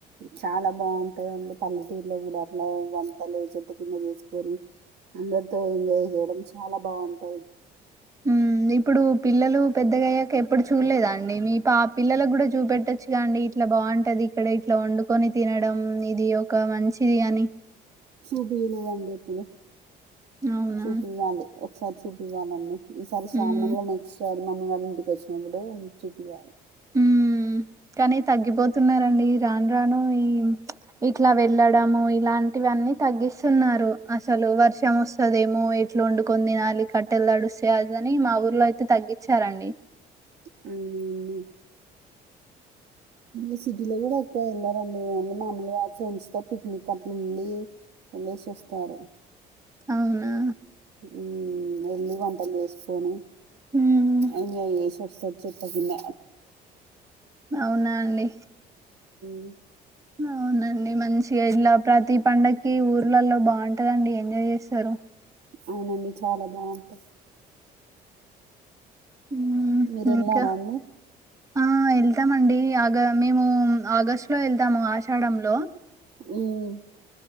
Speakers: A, on the right; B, on the right.
A: చాలా బాగుంటాదండి పల్లెటూరులో కూడా <inaudible> పొద్దున్న చేసుకొని అందరితో ఎంజాయ్ చేయడం చాలా బాగుంటాయి
B: హ్మ్ ఇప్పుడు పిల్లలు పెద్దగాయ్యాక ఎప్పుడు చూడలేదా అండి మీ పా పిల్లలకు కూడా చూపెట్టచ్చుగా అండి ఇట్లా బాగుంటది ఇక్కడ ఇట్లా వండుకొని తినడం ఇది ఒక మంచిది అని
A: చూపియ్యలేదండీ ఎప్పుడు
B: అవునా?
A: చూపివ్వాలి ఒకసారి చూపివ్వాలి అండి ఈసారి శ్రావణంలో
B: హ్మ్.
A: నెక్స్ట్ మా మమ్మీ వాళ్ళ ఇంటికి వచ్చినప్పుడు చూపియాలి
B: హ్మ్. కానీ తగ్గిపోతున్నారండి రాను రాను ఈ ఇట్లా వెళ్ళడము ఇలాంటివి అన్నీ తగ్గిస్తున్నారు అసలు వర్షం వస్తుదేమో ఎట్లా వండుకొని తినాలి కట్టెలు తడుస్తే అదని మా ఊర్లో అయితే తగ్గించారండి
A: హ్మ్ ఇ సిటీలో కూడా ఎక్కువ వెళ్లారండి మమీ మామలుగా ఫ్రెండ్స్ తో పిక్నిక్ అట్లా వెళ్ళి వెళ్ళసి వస్తారు
B: అవునా
A: హ్మ్ వెళ్ళి వంటలు చేసుకొని
B: హ్మ్.
A: ఎంజాయ్ చేసి ఓస్త చెప్పకున్న
B: అవునా అండి
A: అ
B: అవునండి మంచిగా ఇలా ప్రతి పండక్కి ఊర్లలో బాగుంటదండి ఎంజాయ్ చేస్తారు
A: అవునండి చాలా బాగుంటా
B: మ్మ్
A: మీరు
B: ఇంకా
A: వెళ్ళారా అండి
B: ఆ వెళ్తామండి ఆగ మేము ఆగస్టు లో వెళ్తాము ఆషాఢంలో
A: మ్మ్